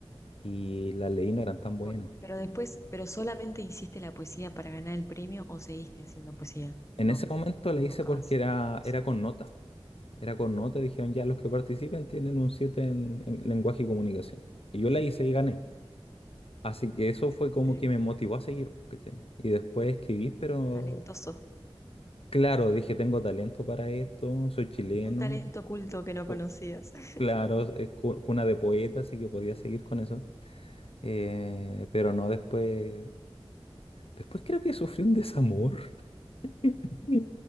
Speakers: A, on the left; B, on the left.
A: Y las leí no eran tan
B: Bu-
A: buenas.
B: Pero después, ¿pero solamente hiciste la poesía para ganar el premio o seguiste haciendo poesía?
A: En
B: No,
A: ese momento la hice
B: nunca
A: porque
B: más.
A: era,
B: Sí.
A: era con nota Era con nota, dijeron ya los que participen tienen un 7 en, en lenguaje y comunicación. Y yo la hice y gané. Así que eso fue como
B: Sí.
A: que me motivó a seguir, pues, ¿cachai? Y después escribí, pero
B: Talentoso.
A: claro, dije, tengo talento para esto, soy chileno,
B: Un talento oculto que no conocías.
A: o-
B: <laughs>
A: claro, es cu- cuna de poetas, así que podía seguir con eso. Eh, pero no después, después creo que sufrí un desamor <laughs> y,